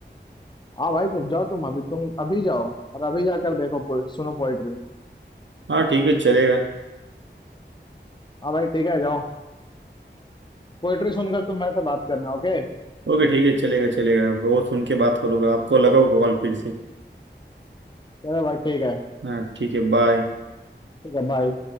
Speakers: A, on the left; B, on the right.
A: हाँ भाई तुम जाओ तुम अभी तुम अभी जाओ और अभी जाकर देखो पोए, सुनो पोएट्री
B: हाँ ठीक है चलेगा
A: हाँ भाई ठीक है जाओ पोएट्री सुनकर तुम मेरे से बात करना ओके
B: ओके ठीक है चलेगा चलेगा वो सुन के बात करूंगा आपको लगाओ कॉल फिर से
A: चलो भाई ठीक है
B: हाँ ठीक है बाय
A: ठीक है बाय